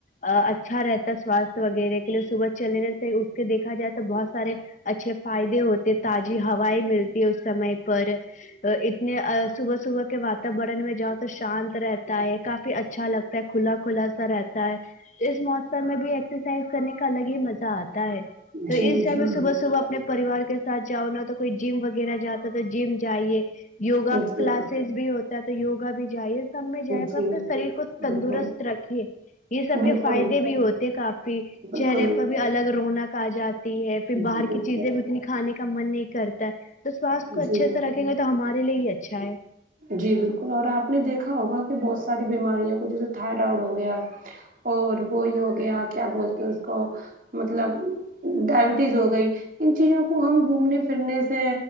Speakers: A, on the left; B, on the right.
A: ا اچھا رہتا ہے سواستھ وغیرہ کے لیے صبح چلنے سے اس کے دیکھا جائے تو بہت سارے اچھے فائدے ہوتے تازی ہوائ ملتی ہے اس سمے پر ا اتنے آ صبح صبح کے واتاورن میں جاؤ تو شانت رہتا ہے کافی اچھا لگتا ہے کھلا کھلا سا رہتا ہے اس موسم میں بھی ایکسرسائز کرنے کا الگ ہی مزہ آتا ہے تو
B: جی
A: اس سے
B: جی
A: ہمیں صبح صبح اپنے پریوار کے ساتھ جاؤ نہ تو کوئی جیم وغیرہ جاتا ہے تو جیم جائیے یوگا
B: جی
A: کلاسز بھی ہوتا ہے تو یوگا بھی جایے سب میں جائے
B: جی جی
A: گا پھر شریر کو
B: بالکل
A: تندرست رکھیے یہ سب
B: بالکل
A: کے فائدے بھی ہوتے کافی
B: بالکل
A: چہرے پر بھی الگ رونق آجات تی ہے پھر
B: جی
A: باہر
B: بالکل
A: کی چیزیں بھی اتنی کھانے کا من نہیں کرتا ہے تو سواستھ کو
B: جی
A: اچھے سے رکھ ھیں گے تو ہمارے لیے ہی اچھا ہے
B: جی بلکل اور آپ نے دیکھا ہوگا کہ بہت ساری بیماریاوں کو جیسے تھائرائڈ ہو گیا اور وہی ہو گیا کیا بولتے ہیں اس کو مطلب ڈائبٹیز ہو گئی ان چیزوں کو ہم گھومنے پھرنے سے